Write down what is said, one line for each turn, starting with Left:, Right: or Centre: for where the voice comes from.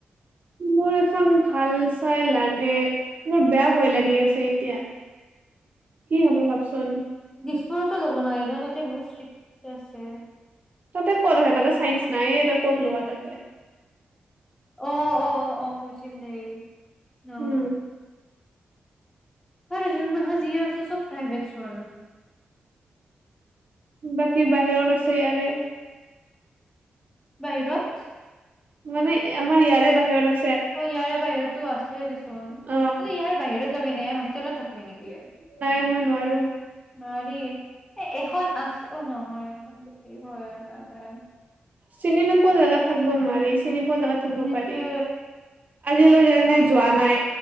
Right: মোৰ এখন ভাল চাই লাগে মোৰ বেয়া ভয় লাগি আছে এতিয়া কি হ'ব ভাবচোন
Left: দিচপুৰত ল'ব নোৱাৰি ন তাতে বহুত ষ্ট্ৰিক আছে
Right: তাতে কৰ হয় তাতে চাইন্স নাই এ কৰলো বাা তাতে
Left: অ অ অ অ কৈছিল দেই অ
Right: উম
Left: ক'ত আছে যি আছে চব প্ৰভেট চুন
Right: বাকী বাহিৰত আছে ইয়াৰে
Left: বাহিৰত
Right: মানে আমাৰ ইয়াৰে বাহিৰত আ
Left: অ ইয়াৰে বাহিৰতো আছে দেচোন কিন্তু
Right: অ
Left: ইয়াৰে বাহিৰত যাবি নে হোষ্টেলত থাকি মিনকিয়ে <inaudible>
Right: নাই মই নোৱাৰো
Left: নোৱাৰি এ এখন আছে নহয় এখন বেছি হয় নাই নাই
Right: চিনি নোপোৱা জেগাত থাকিব নোৱাৰি চিনি পোৱা জেগাত
Left: উম
Right: থাকিব
Left: সেইটোৱে
Right: পাৰি আজিলৈ যায় মানে যোৱা নাই